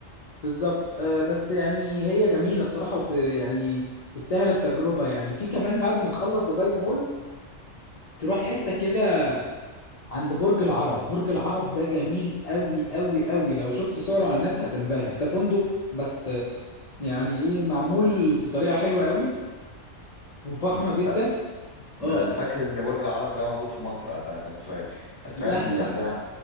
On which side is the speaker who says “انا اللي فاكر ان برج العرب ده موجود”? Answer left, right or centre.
Right